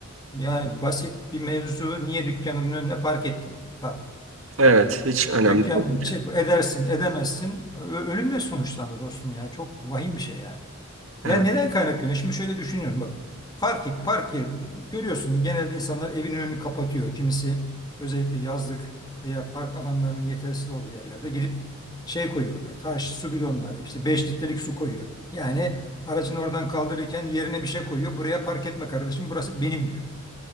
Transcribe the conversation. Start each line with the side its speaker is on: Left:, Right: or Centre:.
Left: Yani basit bir mevzu niye dükkanımın önüne park ettin? Bak.
Right: Evet, hiç önemli
Left: Dükkan
Right: değil.
Left: şey, edersin, edemezsin. Ö- Ölümle sonuçlandı dostum ya. Çok vahim bir şey yani. Ya
Right: Evet,
Left: neden kaynaklanıyor? Şimdi şöyle düşünüyorum bak. Park et, park et. Görüyorsun genelde insanlar evin önünü kapatıyor. Kimisi özellikle yazlık veya park alanlarının yetersiz olduğu yerlerde gidip şey koyuyorlar. Taş, su bidonları, işte 5 litrelik su koyuyor. Yani aracını oradan kaldırırken yerine bir şey koyuyor. Buraya park etme kardeşim, burası benim diyor.